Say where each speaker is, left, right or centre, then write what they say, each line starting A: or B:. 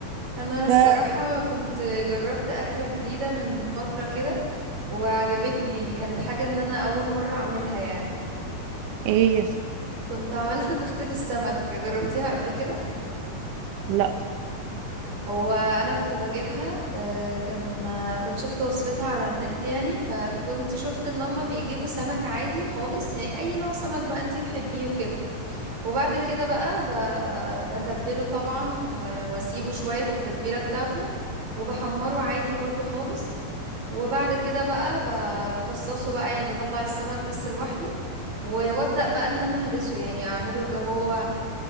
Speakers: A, on the right; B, on the right.
A: انا الصراحة
B: ف
A: كنت جربت أكلة جديدة من فترة كده وعجبتني يعني كانت حاجة ان انا اول مرة اعملها يعني
B: ايه هي؟
A: كنت عملت كفتة السمك جربتيها قبل كده
B: لا
A: هو انا كنت بجيبها آه، كان آه، كنت شفت وصفتها على النت يعني فكنت شفت ان هما بيجيبوا سمك عادي خالص يعني اي نوع سمك بقى انتي تحبيه وكده وبعد كده بقى ب- بتبله طبعا و- واسيبه شوية في التتبيلة بتاعته وبحمره عادي برضو خالص وبعد كده بقى ب- بفصصه بقى يعني بطلع السمك بس لوحده و- وابدأ بقى ان انا اهرسه يعني اعمله اللي هو